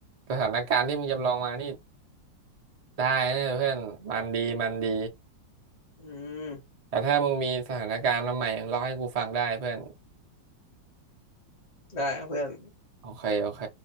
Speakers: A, on the right; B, on the left.
A: สถานการณ์ที่มึงจำลองมานี่ได้นะเพื่อนมันดี มันดี
B: อืม
A: แต่ถ้ามึงมีสถานการณ์มาใหม่มึงเล่าให้กูฟังได้เพื่อน
B: ได้ครับเพื่อน
A: โอเคโอเค